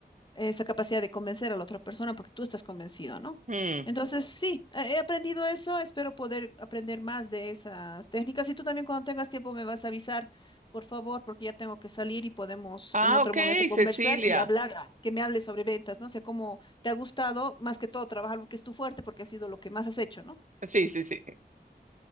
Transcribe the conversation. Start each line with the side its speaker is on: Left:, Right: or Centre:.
Left: esa capacidad de convencer a la otra persona porque tú estás convencido, ¿no?
Right: Mm.
Left: Entonces, sí, he he aprendido eso, espero poder aprender más de esas técnicas y tú también cuando tengas tiempo me vas a avisar, por favor, porque ya tengo que salir y podemos
Right: Ah,
Left: en otro
Right: ok,
Left: momento conversar
Right: Cecilia.
Left: y hablar, que me hables sobre ventas, no sé cómo te ha gustado, más que todo trabajar lo que es tu fuerte porque ha sido lo que más has hecho, ¿no?
Right: Sí, sí, sí.